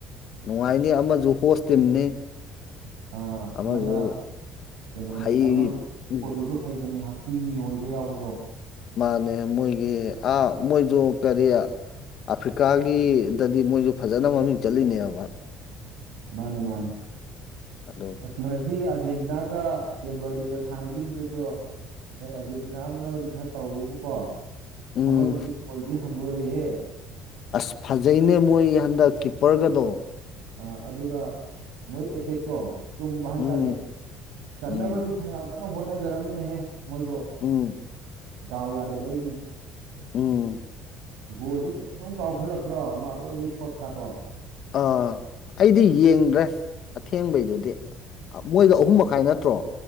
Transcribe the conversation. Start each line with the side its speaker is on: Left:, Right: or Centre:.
Left: ꯅꯨꯡꯉꯥꯏꯅꯤ ꯑꯃꯁꯨ ꯍꯣꯁ ꯇꯤꯝꯅꯤ꯫
Right: ꯑ
Left: ꯑꯃꯁꯨ
Right: ꯑꯃꯅ ꯀꯩꯅꯣꯅꯤ
Left: ꯍꯩ
Right: ꯑꯃꯅ
Left: ꯎꯝ
Right: ꯄꯣꯀꯣꯗꯨꯁꯨ ꯍꯩꯕꯅꯤ ꯍꯥꯏ ꯀꯤ ꯃꯤ ꯍꯣꯏꯒ ꯌꯥꯎꯕꯗꯣ꯫
Left: ꯃꯥꯅꯦ ꯃꯣꯏꯒꯤ ꯑꯥ ꯃꯣꯏꯖꯨ ꯀꯔꯤ ꯑꯐ꯭ꯔꯤꯀꯥꯒꯤꯗꯗꯤ ꯃꯣꯏꯁꯨ ꯐꯖꯅ ꯃꯃꯤꯡ ꯆꯠꯂꯤꯅꯦꯕ꯫
Right: ꯃꯥꯅꯦ ꯃꯥꯅꯦ
Left: ꯑꯗꯣ
Right: ꯉꯁꯤ ꯑꯔꯖꯦꯟꯇꯤꯅꯥ ꯒ ꯀꯦꯝꯕꯔꯗꯦꯒ ꯁꯥꯟꯅꯈꯤꯕꯗꯨꯁꯨ ꯍꯣꯏ ꯑꯥꯔꯖꯦꯟꯇꯤꯅꯥ ꯑꯃꯅꯗꯤ ꯈꯔ ꯇꯧꯋꯦꯕꯨꯀꯣ
Left: ꯎꯝ
Right: ꯑꯃꯗꯨꯁꯨ ꯒꯣꯜꯗꯤ ꯍꯟꯗꯣꯔꯛꯏꯍꯦ꯫
Left: ꯑꯁ ꯐꯖꯩꯅꯦ ꯃꯣꯏ ꯍꯟꯗꯛ ꯀꯤꯞꯄꯔꯒꯗꯣ꯫
Right: ꯑ ꯑꯗꯨꯒ ꯃꯣꯏ ꯑꯦꯇꯦꯛꯇꯣ ꯆꯨꯝꯕ ꯍꯥꯏꯇꯥꯔꯦ꯫
Left: ꯎꯝ
Right: ꯆꯟꯅꯕꯗꯤ
Left: ꯎꯝ
Right: ꯐꯅꯌꯥꯝ ꯀꯟꯅ ꯍꯣꯠꯅꯖꯔꯝꯕꯅꯦꯍꯦ ꯃꯣꯏꯁꯨ
Left: ꯎꯝ
Right: ꯗꯥꯎ ꯌꯥꯗꯕꯩꯅꯦ꯫
Left: ꯎꯝ꯫
Right: ꯒꯣꯜꯗꯤ ꯆꯨꯝ ꯆꯨꯝ ꯀꯥꯎꯁꯜꯂꯛꯇ꯭ꯔꯣ ꯑꯃ ꯑꯔꯣꯏꯕꯒꯤ ꯁꯣꯠꯀꯥꯗꯣ꯫
Left: ꯑꯥ ꯑꯩꯗꯤ ꯌꯦꯡꯗ꯭ꯔꯦ ꯑꯊꯦꯡꯕꯩꯗꯨꯗꯤ꯫ ꯃꯣꯏꯗꯣ ꯑꯍꯨꯝ ꯃꯈꯥꯏ ꯅꯠꯇ꯭ꯔꯣ꯫